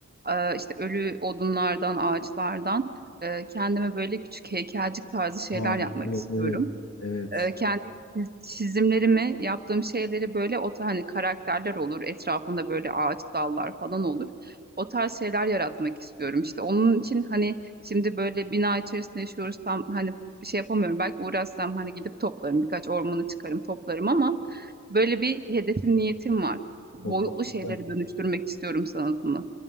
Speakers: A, on the right; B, on the left.
A: e, işte ölü odunlardan, ağaçlardan e, kendime böyle küçük heykelcik tarzı şeyler
B: Aa,
A: yapmak
B: evet
A: istiyorum.
B: evet. Evet.
A: E, kendi çiz- çizimlerimi, yaptığım şeyleri böyle o ta- hani karakterler olur, etrafında böyle ağaç dallar falan olur. O tarz şeyler yaratmak istiyorum. İşte onun için hani şimdi böyle bina içerisinde yaşıyoruz tam hani şey yapamıyorum. Belki uğraşsam hani gidip toplarım, birkaç ormanı çıkarım, toplarım ama Böyle bir hedefim, niyetim var. Boyutlu
B: O farklı.
A: şeyleri dönüştürmek istiyorum sanatımı.